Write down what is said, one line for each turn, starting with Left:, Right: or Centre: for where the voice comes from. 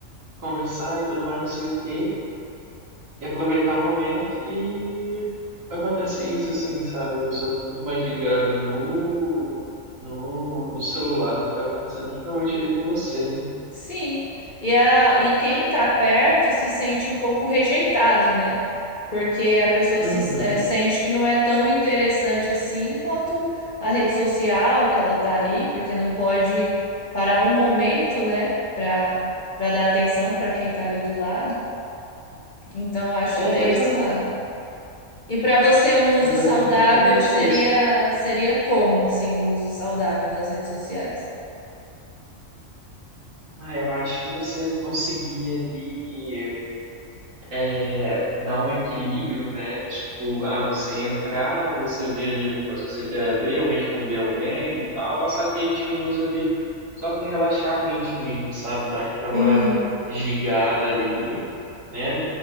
Right: conversar e tudo mais, não sei o quê, e aproveitar o momento, e acontece isso, assim, sabe? A pessoa fica muito mais ligada no, no, no celular, no que tá acontecendo, do que realmente ali com você, né?
Left: Sim. E, a, e quem tá perto se sente um pouco rejeitado, né? porque a pessoa
Right: Uhum.
Left: se eh, sente que não é tão interessante assim quanto a rede social que ela está ali, porque não pode parar um momento, né, para para dar atenção para quem está ali do lado. Então acho
Right: É,
Left: que tem
Right: exato.
Left: esse lado. E para você um uso
Right: Mas
Left: saudável
Right: é exatamente
Left: seria
Right: isso.
Left: seria como assim, um uso saudável das redes sociais?
Right: Ah, eu acho que você conseguia ali é, dar um equilíbrio, né? Tipo, ah, você entrar, você vê ali alguma coisa que você queira ver, ou responder alguém e tal, passar aqueles minutos ali só pra relaxar a mente mesmo, sabe? Dar aquela
Left: Uhum,
Right: desligada ali, né?